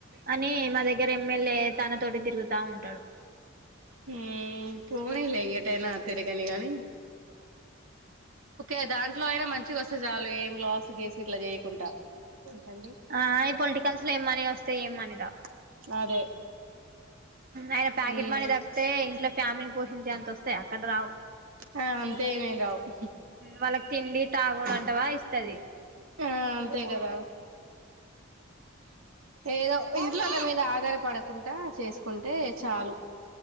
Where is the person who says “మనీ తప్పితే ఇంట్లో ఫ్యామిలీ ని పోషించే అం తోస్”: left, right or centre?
Right